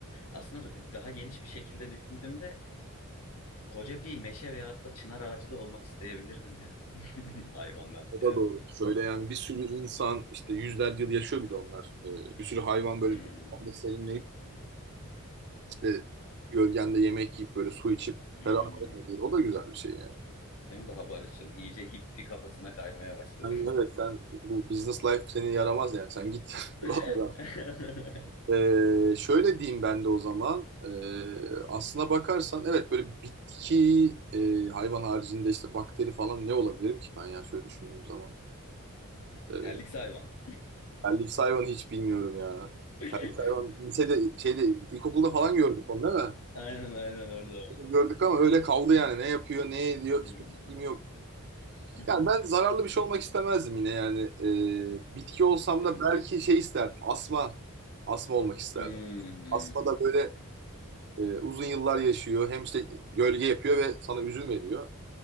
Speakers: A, on the left; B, on the right.
A: Aslında daha geniş bir şekilde düşündüğümde koca bir meşe veyahut da çınar ağacı da olmak isteyebilirdim ya. <laughs> Hayvandan ziyade.
B: O da doğru. Şöyle yani bir sürü insan işte yüzlerce yıl yaşıyor bir de onlar. Ee, bir sürü hayvan böyle
A: Hmm,
B: gölgende serinleyip işte gölgende yemek yiyip böyle su içip
A: hmm.
B: ferahlayabilir. O da güzel bir şey yani.
A: Hem daha barışçıl, iyice hippi kafasına kaymaya başladım.
B: Yani evet sen bu business life seni yaramaz yani sen git <laughs> buralardan.
A: <laughs>
B: Ee, şöyle diyeyim ben de o zaman ee, aslına bakarsan evet böyle bitki e, hayvan haricinde işte bakteri falan ne olabilirim ki ben ya şöyle düşündüğüm zaman. Ee,
A: Terlik hayvan.
B: terlik hayvan hiç bilmiyorum ya.
A: <laughs>
B: Hayvan lisede şeyde ilkokulda falan gördük onu değil mi?
A: Aynen aynen orada var.
B: Gördük ama öyle kaldı yani ne yapıyor ne ediyor
A: Hmm.
B: hiçbir fikrim yok.
A: <laughs>
B: Yani ben zararlı bir şey olmak istemezdim yine yani. Ee, bitki olsam
A: Değil
B: da
A: mi?
B: belki şey isterdim. Asma. Asma olmak isterdim.
A: Hmm.
B: Asma da böyle e, uzun yıllar yaşıyor. Hem işte gölge yapıyor ve sana üzüm veriyor.